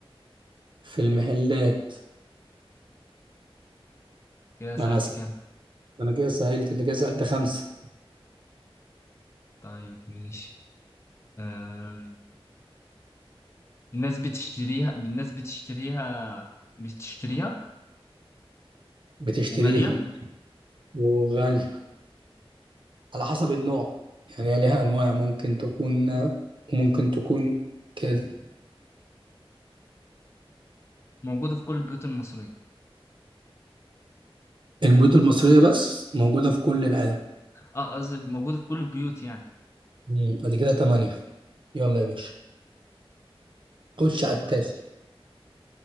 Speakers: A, on the right; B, on the left.
A: في المحلات
B: كده سألت
A: انا س...
B: كام
A: انا كده سهلت انت كده سألت خمسة
B: طيب ماشي آه. الناس بتشتريها الناس بتشتريها بتشتريها
A: بتشتريها
B: وغالية
A: وغالية على حسب النوع يعني هي ليها انواع ممكن تكون وممكن تكون كده
B: موجودة في كل البيوت المصرية
A: البيوت المصرية بس موجودة في كل العالم
B: اه قصدي موجودة في كل البيوت يعني
A: مم. بعد كده تمانية يلا يا باشا خش
B: مم،
A: على التاسع
B: ماشي